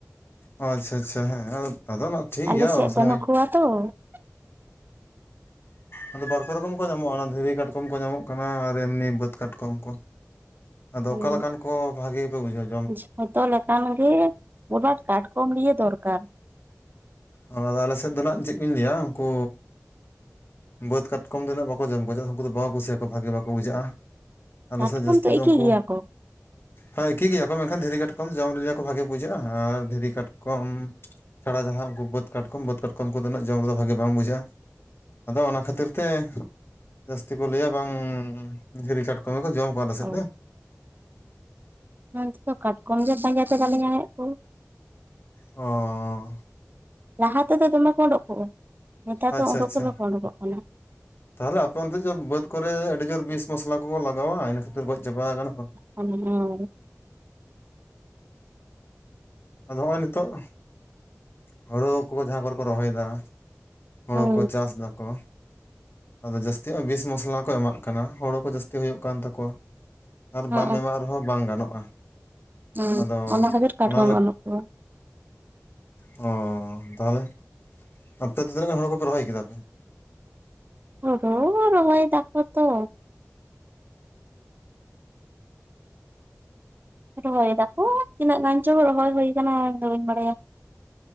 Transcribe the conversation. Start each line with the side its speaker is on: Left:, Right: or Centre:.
Left: ᱦᱚᱸ ᱟᱪᱪᱷᱟ ᱟᱪᱪᱷᱟ ᱦᱮᱸ ᱟᱫᱚ ᱱᱟᱦᱟᱜ ᱴᱷᱤᱠ
Right: ᱟᱞᱮ
Left: ᱜᱮᱭᱟ
Right: ᱥᱮᱫ
Left: ᱚᱥᱚᱢᱚᱭ
Right: ᱵᱟᱹᱱᱩᱜ ᱠᱚᱣᱟ ᱛᱚ <unintelligible>
Left: ᱟᱫᱚ ᱵᱟᱨ ᱯᱮ ᱨᱚᱠᱚᱢ ᱠᱚ ᱧᱟᱢᱚᱜᱼᱟ᱾ ᱚᱱᱟ ᱫᱷᱤᱨᱤ ᱠᱟᱴᱠᱚᱢ ᱠᱚ ᱧᱟᱢᱚᱜ ᱠᱟᱱᱟ ᱟᱨ ᱮᱢᱱᱤ ᱵᱟᱹᱫᱽ ᱠᱟᱴᱠᱚᱢ ᱠᱚ᱾ ᱟᱫᱚ
Right: ᱦᱮᱸ
Left: ᱚᱠᱟ ᱞᱮᱠᱟᱱ ᱠᱚ ᱵᱷᱟᱜᱮ ᱯᱮ ᱵᱩᱡᱷᱟᱹᱣ
Right: ᱡᱷᱚᱛᱚ ᱞᱮᱠᱟᱱ ᱜᱮ, ᱢᱳᱴ ᱢᱟᱴ ᱠᱟᱴᱠᱚᱢ ᱞᱤᱭᱮ ᱫᱚᱨᱠᱟᱨ᱾
Left: ᱚ ᱟᱫᱚ ᱟᱞᱮ ᱥᱮᱫ ᱫᱚ ᱱᱟᱦᱟᱜ ᱪᱮᱫ ᱠᱩᱧ ᱞᱟᱹᱭᱟ ᱩᱱᱠᱩ ᱵᱟᱹᱫᱽ ᱠᱟᱴᱠᱚᱢ ᱫᱚ ᱩᱱᱟᱹᱜ ᱵᱟᱠᱚ ᱡᱚᱢ ᱠᱚᱣᱟ, ᱪᱮᱫᱟᱜ ᱥᱮ ᱩᱱᱠᱩ ᱫᱚ ᱵᱟᱠᱚ ᱠᱩᱥᱤᱭᱟᱠᱚᱣᱟ ᱵᱷᱟᱜᱮ ᱵᱟᱠᱚ ᱵᱩᱡᱷᱟᱹᱜᱼᱟ᱾ ᱟᱞᱮ
Right: ᱠᱟᱴᱠᱚᱢ
Left: ᱥᱮᱫ ᱡᱟᱹᱥᱛᱤ
Right: ᱛᱚ
Left: ᱫᱚ
Right: ᱮᱠᱤ
Left: ᱩᱱᱠᱩ
Right: ᱜᱮᱭᱟ ᱠᱚ
Left: ᱦᱳᱭ ᱮᱠᱤ ᱜᱮᱭᱟ ᱠᱚ ᱢᱮᱱᱠᱷᱟᱱ ᱫᱷᱤᱨᱤ ᱠᱟᱴᱠᱚᱢ ᱡᱚᱢ ᱨᱮ ᱡᱮ ᱠᱚ ᱵᱷᱟᱜᱮ ᱵᱩᱡᱷᱟᱹᱜᱼᱟ ᱟᱨ ᱫᱷᱤᱨᱤ ᱠᱟᱴᱠᱚᱢ ᱪᱷᱟᱲᱟ ᱡᱟᱦᱟᱸ ᱩᱱᱠᱩ ᱵᱟᱹᱫᱽ ᱠᱟᱴᱠᱚᱢ, ᱵᱟᱹᱫᱽ ᱠᱟᱴᱠᱚᱢ ᱠᱚ ᱫᱚ ᱩᱱᱟᱹᱜ ᱡᱚᱢ ᱨᱮᱫᱚ ᱵᱷᱟᱜᱮ ᱵᱟᱝ ᱵᱩᱡᱷᱟᱹᱜᱼᱟ᱾ ᱟᱫᱚ ᱚᱱᱟ ᱠᱷᱟᱹᱛᱤᱨ ᱛᱮ ᱡᱟᱹᱥᱛᱤ ᱠᱚ ᱞᱟᱹᱭᱟ ᱵᱟᱝᱻ ᱫᱷᱤᱨᱤ ᱠᱟᱴᱠᱚᱢ ᱜᱮ ᱠᱚ ᱡᱚᱢ ᱠᱟᱣᱟ ᱟᱞᱮ ᱥᱮᱫ
Right: ᱚ
Left: ᱫᱚ᱾
Right: ᱱᱚᱱᱛᱮ ᱫᱚ ᱠᱟᱴᱠᱚᱢ ᱜᱮ ᱯᱟᱸᱡᱟ ᱛᱮ ᱵᱟᱞᱮ ᱧᱟᱢᱮᱫ ᱠᱚ᱾
Left: ᱚᱸᱻ᱾
Right: ᱞᱟᱦᱟ ᱛᱮᱫᱚ ᱫᱚᱢᱮ ᱠᱚ ᱳᱸᱰᱳᱸᱜ ᱠᱚᱜᱼᱟ᱾ ᱱᱮᱛᱟᱨ
Left: ᱟᱪᱪᱷᱟ
Right: ᱫᱚ ᱳᱸᱰᱳᱸᱜ
Left: ᱟᱪᱪᱷᱟ
Right: ᱜᱮ ᱵᱟᱠᱚ ᱳᱸᱰᱳᱸᱠᱚᱜ ᱠᱟᱱᱟ᱾
Left: ᱛᱟᱦᱚᱞᱮ ᱟᱯᱮ ᱚᱱᱛᱮ ᱪᱚ ᱵᱟᱹᱫᱽ ᱠᱚᱨᱮ ᱟᱹᱰᱤ ᱡᱳᱨ ᱵᱤᱥ ᱢᱚᱥᱞᱟ ᱠᱚᱠᱚ ᱞᱟᱜᱟᱣᱟ, ᱤᱱᱟᱹ ᱠᱷᱟᱹᱛᱤᱨ ᱜᱚᱡ ᱪᱟᱵᱟᱣ ᱠᱟᱱᱟ ᱠᱚ᱾
Right: ᱢᱚᱱᱮ ᱦᱚᱭ᱾
Left: ᱟᱫᱚ ᱦᱚᱸᱜᱼᱚᱭ ᱱᱤᱛᱚᱜ ᱦᱳᱲ ᱠᱚ ᱡᱟᱦᱟᱸ ᱠᱚᱨᱮ ᱠᱚ ᱨᱚᱦᱚᱭᱮᱫᱟ᱾ ᱦᱳᱲᱳ
Right: ᱦᱮᱸ
Left: ᱠᱚ ᱪᱟᱥ ᱫᱟᱠᱚ᱾ ᱟᱫᱚ ᱡᱟᱹᱥᱛᱤ ᱵᱤᱥ ᱢᱚᱥᱞᱟ ᱠᱚ ᱮᱢᱟᱜ ᱠᱟᱱᱟ, ᱦᱳᱲᱳ ᱠᱚ ᱡᱟᱹᱥᱛᱤ ᱦᱩᱭᱩᱜ ᱠᱟᱱ ᱛᱟᱠᱚᱣᱟ᱾ ᱟᱨ
Right: ᱦᱮᱸ
Left: ᱵᱟᱢ ᱮᱢᱟᱜ ᱨᱮᱦᱚᱸ ᱵᱟᱝ ᱜᱟᱱᱚᱜᱼᱟ᱾
Right: ᱦᱮᱸ,
Left: ᱟᱫᱚ
Right: ᱚᱱᱟ ᱠᱷᱟᱹᱛᱤᱨ ᱠᱟᱴᱠᱚᱢ
Left: ᱚᱱᱟ
Right: ᱵᱟᱹᱱᱩᱜ ᱠᱚᱣᱟ᱾
Left: ᱚᱻ ᱛᱟᱦᱚᱞᱮ ᱚᱱᱛᱮ ᱛᱤᱱᱟᱹᱜ ᱜᱟᱱ ᱦᱳᱲᱳ ᱠᱚᱯᱮ ᱨᱚᱦᱚᱭ ᱠᱮᱫᱟ ᱯᱮ?
Right: ᱯᱳᱰ ᱦᱳᱲᱳ ᱦᱚᱸ ᱨᱚᱦᱚᱭ ᱫᱟᱠᱚ ᱛᱚ᱾ ᱨᱚᱦᱚᱭ ᱫᱟᱠᱚ, ᱛᱤᱱᱟᱹᱜ ᱜᱟᱱ ᱪᱚ ᱨᱚᱦᱚᱭ ᱦᱳᱭ ᱟᱠᱟᱱᱟ ᱤᱧᱫᱚ ᱵᱟᱹᱧ ᱵᱟᱲᱟᱭᱟ᱾